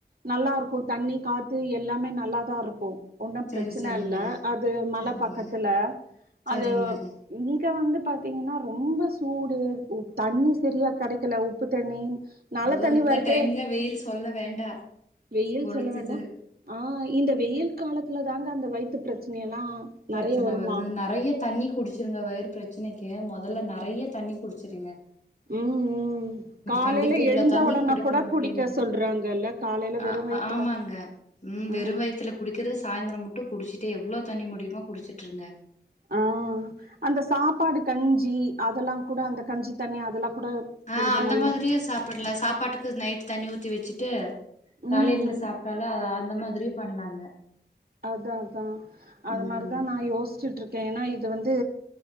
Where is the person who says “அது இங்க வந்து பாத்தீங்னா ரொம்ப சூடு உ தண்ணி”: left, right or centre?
Right